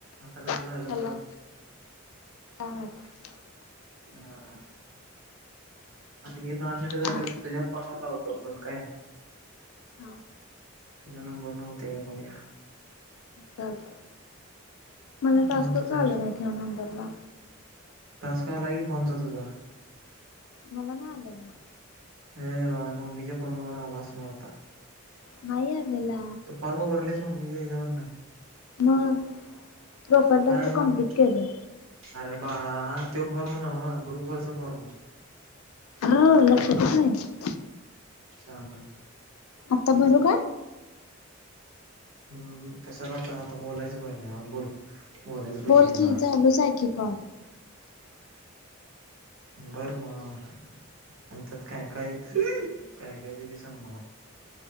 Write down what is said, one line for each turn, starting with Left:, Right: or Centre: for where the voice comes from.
Right: आता कसं झालं
Left: हॅलो
Right: बरं?
Left: काय माहित.
Right: हा. आणि हे दहा मिनट झाले,
Left: हा
Right: की तुझ्या फोनवर लावतो आपण काय?
Left: हा
Right: तुझ्या नंबर न होतय का बघुया?
Left: चालतंय. मला
Right: मग
Left: टास्क
Right: तुझा
Left: का आलं नाहीत या नंबरला?
Right: टास्क आलाय की फोनचा तुझा.
Left: मला नाही आलेला
Right: हे वा म्मीच्या फोनवर आलाच नव्हता
Left: नाही आलेला
Right: तू फॉर्म भरलेस मम्मी च्या हिच्यावर न
Left: मग प्रोफाईल टास्क
Right: काय मग
Left: कमप्लीट केलं
Right: अरे बाळा तो फॉर्म नव्ह ग्रुप वरचा फॉर्म
Left: हा लक्षातच नाही
Right: शहान
Left: आता भरू का
Right: हम्म कशाला आता बोलायचं पहिलं बोल बोलायचं पैसे
Left: बोल
Right: देणार
Left: की चालूच आहे की कॉल
Right: बरं मग आणि त्यात काय काय काय काय ते ते सांग मला